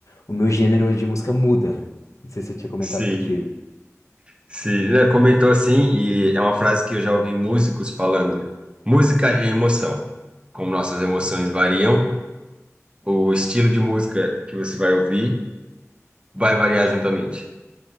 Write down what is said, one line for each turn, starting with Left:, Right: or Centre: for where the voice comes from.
Left: o meu gênero de música muda, né? Não sei se eu tinha comentado
Right: Sim,
Left: contigo.
Right: sim, né, comentou assim, e é uma frase que eu já ouvi músicos falando. Música é emoção. Como nossas emoções variam, o estilo de música que você vai ouvir vai variar juntamente.